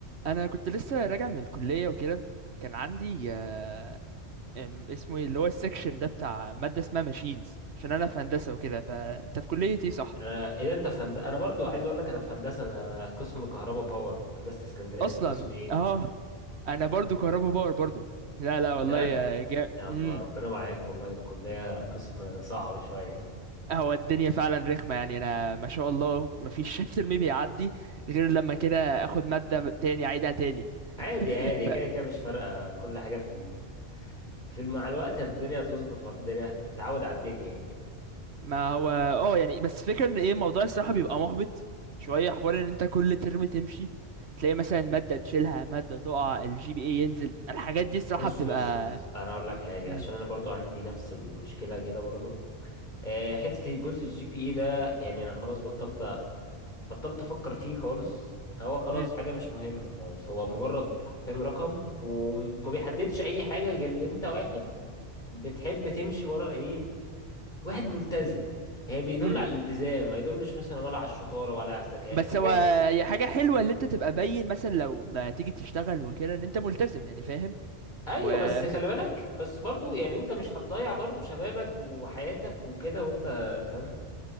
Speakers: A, on the right (about 70°); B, on the left (about 40°).
A: انا كنت لسه راجع من الكليه وكده كان عندي آه، ام- اسمه ايه اللي هو السكشن ده بتاع ماده اسمها ماشينز عشان انا في هندسه وكده فانت في كليه ايه صح
B: انا ايه ده انت في هند... انا برضو عايز اقول لك انا في هندسه انا قسم كهرباء باور هندسه اسكندريه
A: اصلا
B: انت قسم ايه
A: اه انا برضو كهربا باور برضو لا لا
B: بجد
A: والله يا جا
B: يلا
A: امم
B: ربنا معاك والله الكليه قسم صعب شويه
A: هو الدنيا فعلا رخمه يعني انا ما شاء الله مفيش <laughs> ترم بيعدي غير لما كده اخد ماده تاني اعيدها تاني
B: عادي عادي
A: <laughs>
B: كده كده مش فارقه كل حاجه في ال... في الم- مع الوقت الدنيا هتظبط والدنيا هتتعود على الدنيا يعني
A: ما هو اه يعني بس فكرة ان ايه الموضوع الصراحة بيبقى محبط شوية حوار ان انت كل ترم تمشي تلاقي مثلا مادة تشيلها مادة تقع الجي بي اي ينزل الحاجات دي الصراحة
B: بص
A: بتبقى
B: بص بص انا اقول لك حاجه
A: مم.
B: عشان انا برضو عندي نفس المشكله كده برضو آه، حته جزء الجي بي اي ده يعني انا خلاص بطلت بطلت افكر فيه خالص هو خلاص
A: مم.
B: حاجة مش مهمة خلاص هو مجرد حرفيا رقم وما بيحددش اي حاجة غير ان انت واحد بتحب تمشي ورا ايه واحد ملتزم هي بيدل
A: مم.
B: على الالتزام ما يدلش مثلا ولا على الشطارة ولا على الذكاء
A: بس
B: وكده
A: هو هي حاجة حلوة ان انت تبقى باين مثلا لو ما تيجي تشتغل وكده ان انت ملتزم يعني فاهم
B: ايوه
A: و
B: بس خلي
A: ف...
B: بالك بس برضو يعني انت مش هتضيع برضو شبابك وحياتك وكده وانت فاهم